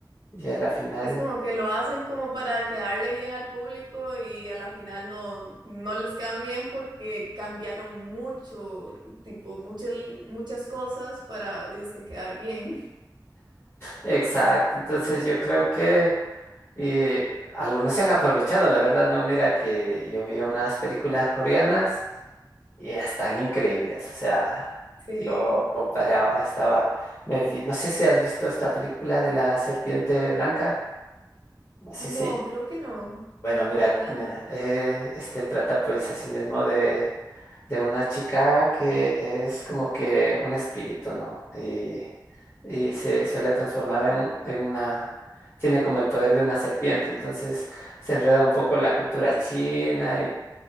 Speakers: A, on the left; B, on the right.
A: Y a la final,
B: Es como que lo hacen como para quedarle bien al público y a la final no, no les queda bien porque cambiaron mucho, tipo, mucho, muchas cosas para, dizque, quedar bien.
A: exacto. Entonces yo creo que eh, algunos se han aprovechado, la verdad, ¿no? Mira que yo vi unas películas coreanas Y están increíbles. O sea,
B: Sí.
A: yo comparé, a- estaba, me vi- no sé si has visto esta película de la serpiente blanca. Así
B: No,
A: se,
B: creo que no.
A: bueno, mira,
B: ¿De qué trata?
A: mira, eh, este trata pues así mismo de, de una chica que es como que un espíritu, ¿no? Y, y se suele transformar en, en una, tiene como el poder de una serpiente. Entonces se enreda un poco la cultura china